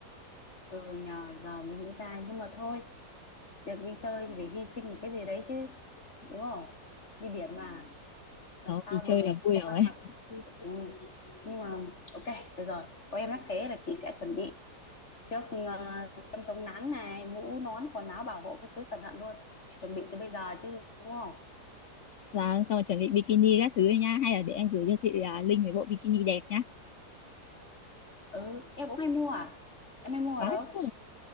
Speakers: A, on the left; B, on the left.
A: ừ nhờ giờ mình nghĩ ra nhưng mà thôi được đi chơi thì phải hy sinh một cái gì đấy chứ đúng không đi biển mà làm
B: đó
A: sao
B: thì
A: mà
B: chơi là vui
A: không
B: rồi
A: ăn mặc
B: <laughs>
A: ừ. nhưng mà ok được rồi có em nhắc thế là chị sẽ chuẩn bị trước ờ, chăm chống nắng này mũ nón quần áo bảo hộ các thứ cẩn thận luôn chuẩn bị từ bây giờ chứ đúng không
B: và xong rồi chuẩn bị bikini các thứ nha hay là để em gửi cho chị uh, link về bộ bikini đẹp nhá
A: ừ em cũng hay mua à em hay mua
B: có
A: ở đâu
B: chứ